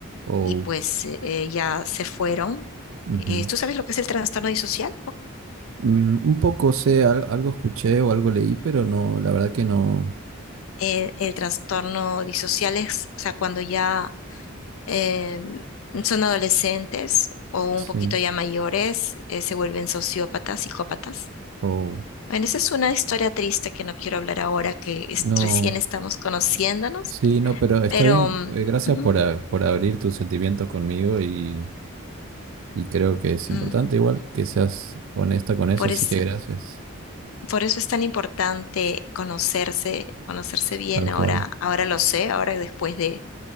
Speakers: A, on the right; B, on the left.
A: oh,
B: y pues eh, ya se fueron.
A: ujú.
B: Eh, ¿tú sabes lo que es el trastorno disocial?
A: Mm, un poco sé, al- algo escuché o algo leí, pero no, la verdad que no.
B: eh, el trastorno disocial es, o sea, cuando ya eh, son adolescentes o un
A: Sí.
B: poquito ya mayores, eh, se vuelven sociópatas, psicópatas.
A: Oh,
B: Bueno, esa es una historia triste que no quiero hablar ahora, que es-
A: Mm. no.
B: recién estamos conociéndonos,
A: Sí, no, pero está
B: pero
A: bien.
B: mm,
A: eh, gracias
B: ujú,
A: por, a- por abrir tus sentimientos conmigo y, y creo que es importante
B: ujú.
A: igual que seas honesta con eso,
B: Por
A: así
B: es-
A: que gracias.
B: por eso es tan importante conocerse, conocerse bien.
A: Tal
B: Ahora,
A: cual.
B: ahora lo sé, ahora después de